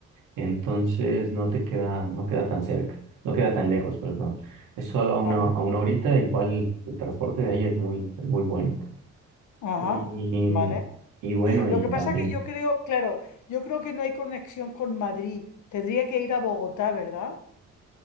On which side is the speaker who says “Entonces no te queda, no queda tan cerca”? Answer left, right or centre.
Right